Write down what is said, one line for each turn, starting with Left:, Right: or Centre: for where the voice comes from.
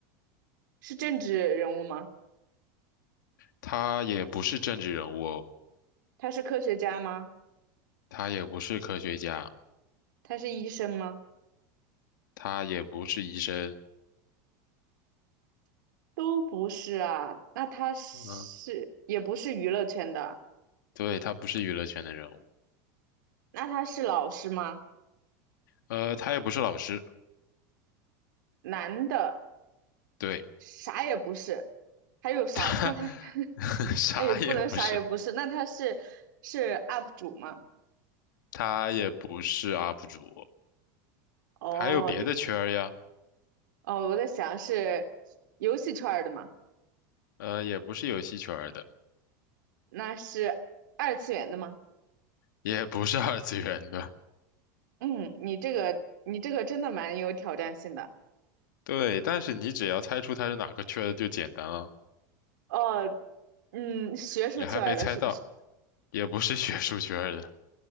Right: 是政治人物吗？
Left: 他也不是政治人物哦
Right: 他是科学家吗？
Left: 他也不是科学家，
Right: 他是医生吗？
Left: 他也不是医生。
Right: 都不是啊。那他是也不是娱乐圈的，
Left: 嗯、对，他不是娱乐圈的人物，
Right: 那他是老师吗？
Left: 呃，他也不是老师，
Right: 男的。
Left: 对，
Right: 啥也不是，还有啥了？
Left: <laughs>
Right: 那他 <laughs>
Left: 啥也不是，
Right: 那也不能啥也不是，那他是是 UP 主吗？
Left: 他也不是 UP 主，
Right: 哦，
Left: 还有别的圈儿呀，
Right: 也哦，我在想是游戏圈儿的吗？
Left: 呃，也不是游戏圈儿的，
Right: 那是二次元的吗？
Left: 也不是二次元的，
Right: 嗯，你这个你这个真的蛮有挑战性的。
Left: 对，但是你只要猜出他是哪个圈儿的就简单了，
Right: 哦，嗯，学术圈儿的是不是？
Left: 你还没猜到，也不是学术圈儿的，